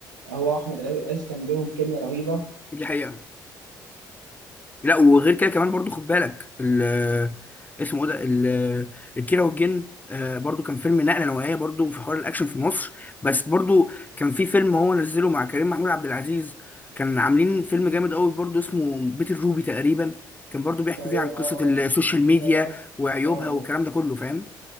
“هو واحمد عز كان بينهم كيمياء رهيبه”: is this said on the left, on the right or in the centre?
Right